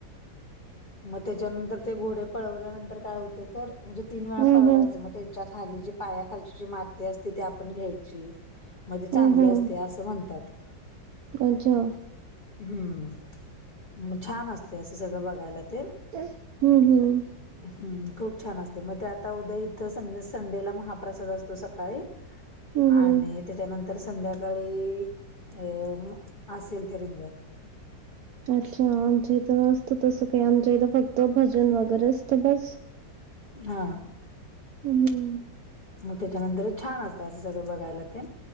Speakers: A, on the left (about 40°); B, on the right (about 70°).
A: म त्याच्यानंतर ते घोडे पळवल्यानंतर काय होते तर म्हणजे तीन
B: हम्म
A: वेळा पळवायचं
B: हम्म
A: मग त्यांच्या खाली जी पायाखालची जी माती असते ती आपण घ्यायची. म्हणजे चांगले
B: हम्म हम्म
A: असते असं म्हणतात.
B: अच्छा!
A: हम्म, छान असते असं सगळं बघायला ते.
B: हम्म हम्म!
A: हम्म खूप छान असते मग ते आता उद्या इथं सं संडेला महाप्रसाद अस तो सकाळी
B: हम्म हम्म
A: आणि त्याच्यानंतर संध्याकाळी अ असेल ते रिंगण.
B: अच्छा, आमच्या इथं नसत तसं काही आमच्या इथं फक्त भजन वगैरे असत बस.
A: हा
B: हम्म
A: मग त्याच्यानंतर छान असत असं सगळं बघायला ते.